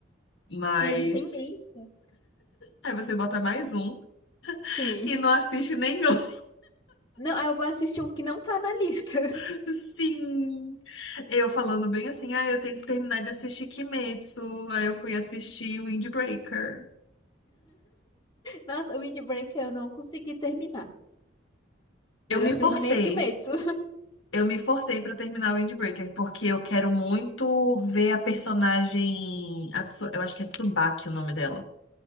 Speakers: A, on the left; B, on the left.
A: mas.
B: Minha lista é imensa.
A: Aí você bota mais um
B: Sim.
A: e não assiste nenhum.
B: Não, aí eu vou assistir um que não tá na lista. <laughs>
A: <laughs> Sim! Eu falando bem assim, ah, eu tenho que terminar de assistir Kimetsu. Aí eu fui assistir Windbreaker.
B: Nossa, o Windbreaker eu não consegui terminar.
A: Eu
B: Mas
A: me
B: eu terminei
A: forcei.
B: Kimetsu.
A: Eu me forcei pra terminar o Windbreaker, porque eu quero muito ver a personagem. a Tsu- eu acho que é Tsubaki o nome dela.